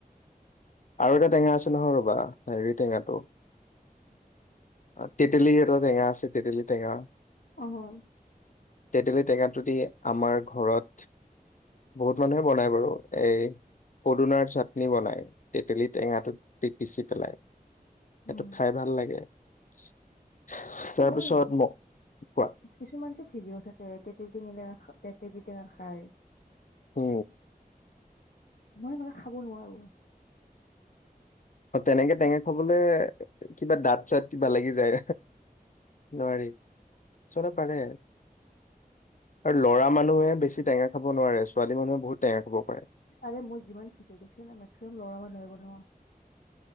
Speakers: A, on the left (about 55°); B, on the left (about 75°).
A: আৰু এটা টেঙা আছে নহয় ৰ'বা হেৰি টেঙাটো তেতেলী এটা টেঙা আছে তেতেলী টেঙা।
B: অঁ।
A: তেতেলী টেঙাটোদি আমাৰ ঘৰত বহুত মানুহে বনায় বাৰু এ, পদিনাৰ চাটনি বনাই তেতেলী টেঙাটোত। <unintelligible>
B: উম
A: এটো। খাই ভাল লাগে। <unintelligible> তাৰপিছত
B: <unintelligible>
A: ম কোৱা
B: কিছুমান যে ভিদিও থাকে তেতিয়া <unintelligible> টেঙা খায়।
A: অ,
B: মই বাৰু খাব নোৱাৰো।
A: অ, তেনেকে টেঙা খাবলে কিবা দাঁত-চাত কিবা লাগি যায় নোৱাৰি ছোৱালী পাৰে আৰু লৰা মানুহে বেছি টেঙা খাব নোৱাৰে ছোৱালী মানুহে বহুত টেঙা খাব পাৰে।
B: আৰে মই যিমান ভিডিঅ' দেখিছো ন' মেক্সিমাম লৰা মানুহে বনোৱা।